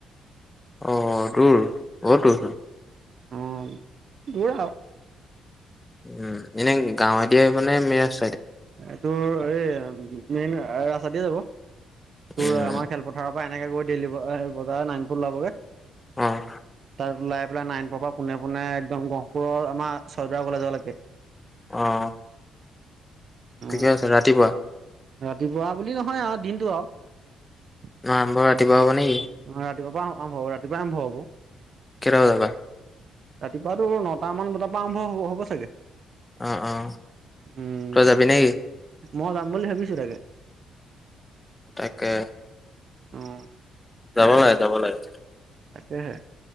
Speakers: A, on the left; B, on the right.
A: আহ দূৰ বহুত দূৰ।
B: উম দূৰা
A: উ এনে গাঁৱ এ দ আহ মানে মিৰা চ
B: এ তোৰ এই মেইন ৰাস্তা দিয়ে যাব,
A: উম,
B: তোৰ আমাৰ খেলপথাৰ এনেকে গৈ, দেইলি ব বজাৰ নাংটো উলাবগে।
A: অ'।
B: তাত উলাই, পেলাই নাইনপুৰৰ পৰা পোনে, পোনে একদম গহপুৰৰ আমাৰ ছয়দুৱাৰ কলেজ লেকে।
A: অ'।
B: উম,
A: ঠিকে আছে, ৰাতিপুৱা।
B: ৰাতিপুৱা বুলি নহয়, আৰু দিনটো আৰু।
A: আৰম্ভ ৰাতিৰপা হ'ব নেকি?
B: অ', ৰাতিপুৱা পৰা আৰম্ভ হ'ব, ৰাতিপুৱা আৰম্ভ হ'ব।
A: কেইটা বজাৰ পৰা?
B: ৰাতিপুৱাতো নটামান বজাৰ পৰা আৰম্ভ হ'ব, হ'ব চাগে।
A: অ', অ',
B: উম
A: তই যাবি নেকি?
B: মই যাম বুলি ভাবিছো তাকে।
A: তাকে।
B: উম।
A: যাবলাগে, যাবলাগে।
B: তাকেহে,